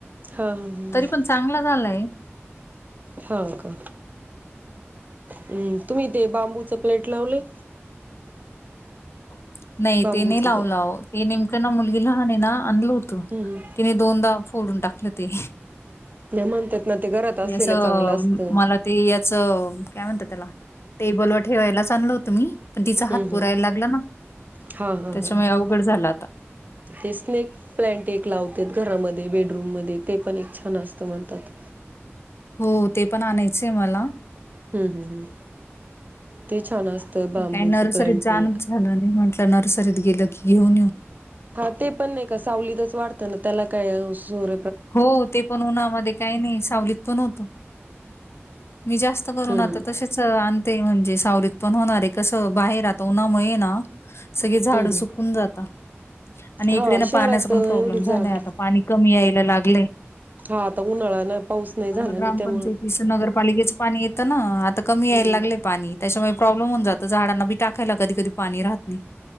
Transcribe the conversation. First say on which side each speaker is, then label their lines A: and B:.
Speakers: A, on the right; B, on the left.
A: हा हा हा
B: तरी पण चांगला झालाय.
A: हां का, म् तुम्ही तेे बांबूच प्लेट लावले?
B: <inaudible> नाही
A: बांबूच
B: ते नाही
A: ज
B: लावला ओ, नेमकं ना मुलगीला. आणि ना आनलोत त
A: हम्म
B: तिने दोनदा फोडून टाकलेत. ते
A: नाई म्हणतात. ना ते घरात असलेलं
B: ए असं,
A: चांगलं असतं
B: मला ते याचं काय म्हणतात त्याला? टेबल वर ठेवायलाच आणलं होतं मी. पण तिचा
A: हम्-हम्,
B: हात पुरायला लागला ना
A: हां-हां-हां-हां.
B: त्याच्यामुळे अवघड झालं आता
A: तेस्नेक प्लांट एक लावतात घरामध्ये. बेडरूम मध्ये ते पण एक छान असतं म्हणतात.
B: हो, ते पण आणायचंय मला.
A: हम्-हम्-हम्, ते छान असतं बांबूच
B: पण काही नर्सरीत
A: प्लांट
B: जाणच
A: एक.
B: झालं नाही म्हटलं नर्सरीत गेलं की घेऊन येऊ.
A: हां ते पण एका सावलीतच वाढतं ना. त्याला काय सूर
B: हो, ते पण उन्हामध्ये काही नाही सावलीत पण होतं. मी जास्त करून
A: हम्म
B: आता तशेच आणते म्हणजेच. सावलीत पण होणारे कसं बाहेर आता उन्हामुळे ना सगळे झाडं
A: हम्म हम्
B: सुकून जाता. आणि
A: हा
B: इकडे ना
A: शहरात
B: पाण्याचा पण
A: एवढी
B: प्रॉब्लेम झालाय
A: जागा
B: आता पाणी कमी याय ला लागलंय.
A: हा आता उन्हाळा ना पाऊस नाही
B: आम्हाला
A: झाला ना
B: ग्रामपंचायतीचं,
A: त्यामुळं
B: नगरपालिकेचं पाणी येतं ना, आता कमी याय
A: हम्म.
B: लागले पाणी. त्याच्यामुळे प्रॉब्लेम होऊन जात झाडांना बी टाकायला कधी कधी पाणी राहत नाही.